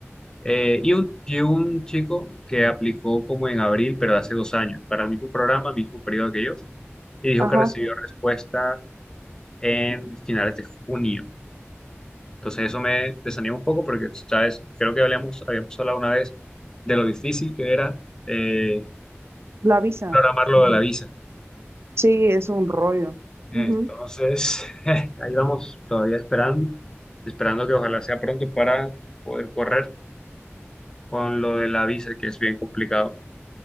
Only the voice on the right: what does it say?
Ajá.
La visa.
Ujú.
Sí, es un rollo.
Ujú.